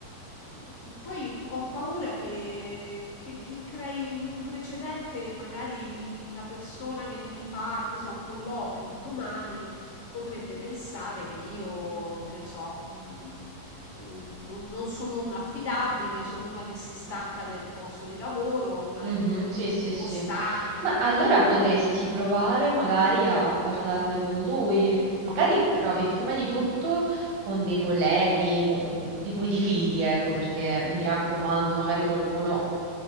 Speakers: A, on the left (about 55°); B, on the right (about 85°).
A: mh, poi ho paura che, che- che crei un precedente, magari la persona che mi fa, che ne so, un colloquio un domani potrebbe pensare che io, che ne so, mh, eh, non, non sono una affidabile, sono una che si stanca del posto di lavoro, una
B: Mhm,
A: in-
B: sì,
A: incostante,
B: sì, sì. Ma
A: capito?
B: allora potresti provare magari a parlarne con lui. Magari provi prima di tutto con dei colleghi con- di cui ti fidi, ecco, perché mi raccomando, magari qualcuno